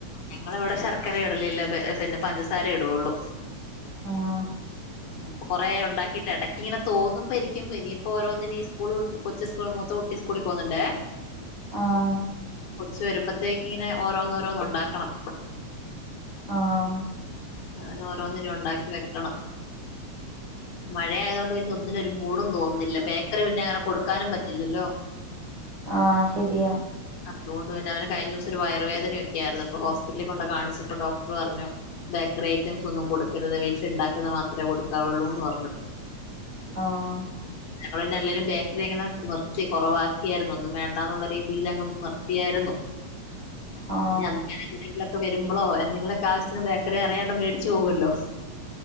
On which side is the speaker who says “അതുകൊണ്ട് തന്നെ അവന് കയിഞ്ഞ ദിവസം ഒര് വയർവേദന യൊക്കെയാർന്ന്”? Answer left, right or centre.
Left